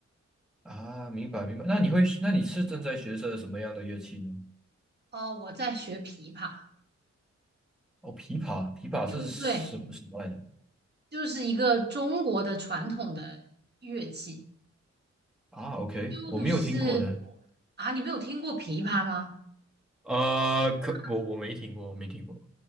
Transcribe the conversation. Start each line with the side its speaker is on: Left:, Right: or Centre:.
Centre: 啊，明白明白。那你会，那你是正在学着什么样的乐器呢？
Right: 哦，我在学琵琶，
Centre: 哦，琵琶，琵琶是什么什么来着？
Right: 就对，就是一个中国的传统的乐器，
Centre: 啊，OK，
Right: 就是
Centre: 我没有听过呢。
Right: 啊，你没有听过琵琶吗？
Centre: 呃，可我我没听过，
Right: 嗯
Centre: 我没听过。